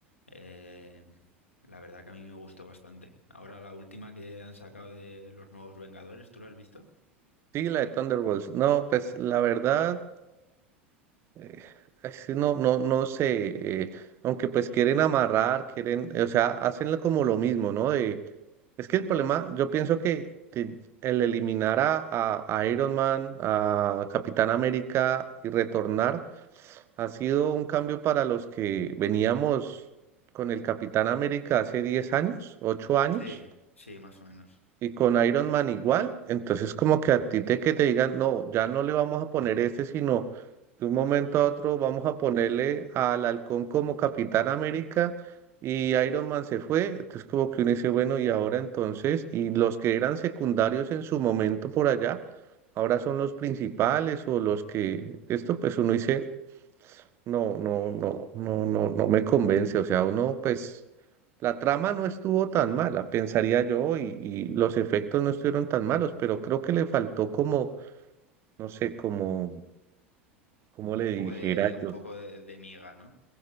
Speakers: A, on the left (about 85°); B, on the right (about 40°).
A: eh, la verdad que a mí me gustó bastante. Ahora la última que han sacado de los nuevos Vengadores, ¿tú la has visto?
B: sí, la de Thunderbolts. No, pues la verdad. eh, es que no, no, no sé, eh, aunque pues quieren amarrar, quieren, o sea, hacen lo- como lo mismo, ¿no? De, es que el problema, yo pienso que, que el eliminar a, a- a Iron Man, a Capitán América y retornar ha sido un cambio para los que veníamos con el Capitán América hace 10 años, 8 años.
A: Sí, sí, más o menos.
B: Y con Iron Man igual, entonces como que a ti te que te digan, no, ya no le vamos a poner este, sino de un momento a otro vamos a ponerle al Halcón como Capitán América y Iron Man se fue, entonces como que uno dice, bueno, y ahora entonces, y los que eran secundarios en su momento por allá, ahora son los principales o los que, esto pues uno dice, no, no, no, no, no, no me convence. O sea, uno, pues, la trama no estuvo tan mala, pensaría yo, y, y los efectos no estuvieron tan malos, pero creo que le faltó como, no sé, como, como le
A: Un
B: dijera
A: poco de, un
B: yo.
A: poco de, de miga, ¿no?